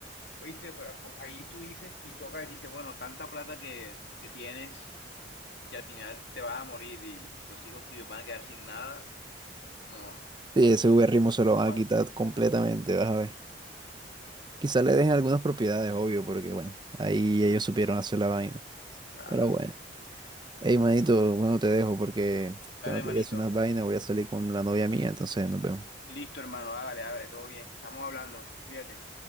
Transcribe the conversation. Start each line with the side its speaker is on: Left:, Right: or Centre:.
Left: Oíste, pero ahí tú dices y toca y dices, bueno, tanta plata que, que tienes que al final te vas a morir y los hijos tuyos van a quedar sin nada. No, no
Right: Sí, ese Uberrimo se lo van
Left: aguanta.
Right: a quitar completamente, vas a ver. Quizá le dejen algunas propiedades, obvio, porque bueno, ahí ellos supieron hacer la vaina.
Left: Claro.
Right: Pero bueno. Hey, manito, bueno, te dejo porque
Left: Dale,
Right: tengo que
Left: manito.
Right: ir a hacer unas vainas, voy a salir con la novia mía, entonces nos vemos.
Left: Listo, hermano, hágale, hágale, todo bien. Estamos hablando. Cuídate.